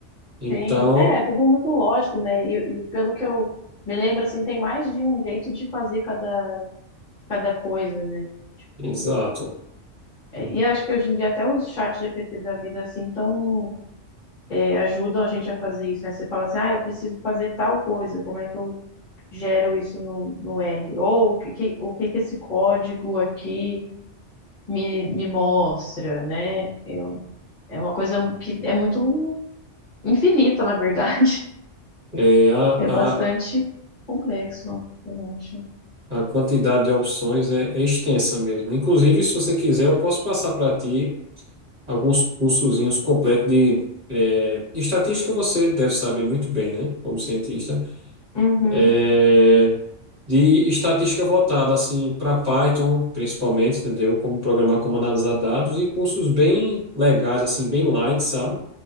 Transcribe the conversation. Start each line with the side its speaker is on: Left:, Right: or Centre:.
Right: Então,
Left: sim. É, é tudo muito lógico, né? E, e pelo que eu me lembro, assim, tem mais de um jeito de fazer cada, cada coisa, né? Tipo,
Right: exato.
Left: é, e acho que hoje em dia até os chats GPT da vida, assim, estão é, ajudam a gente a fazer isso, né? Você fala assim, ah, eu preciso fazer tal coisa, como é que eu gero isso no, no R? Ou o que, que- o que que esse código aqui me, me mostra, né? Eu, é uma coisa que é muito infinita, na verdade. <laughs>
Right: É, a,
Left: É bastante
Right: a-
Left: complexo, eu acho.
Right: A quantidade de opções é, é extensa mesmo. Inclusive, se você quiser, eu posso passar para ti alguns cursozinhos completos de, eh, de estatística. Você deve saber muito bem, né? Como cientista,
Left: Uhum,
Right: Eh, de estatística voltada assim para Python, principalmente, entendeu? Como programar, como analisar dados e cursos bem legais, assim, bem light, sabe?